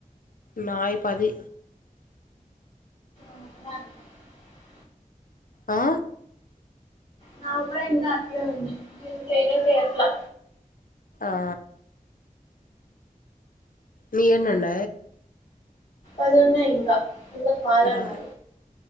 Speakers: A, on the left; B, on the left.
A: నాయ పది
B: అ
A: ఆ
B: నా కూడా ఎంత అట్లే ఉన్నా చైనా చేర్లా
A: ఆ న ఎన్నండ
B: అదిన్న ఇంకా ాలన్నా
A: ఆహా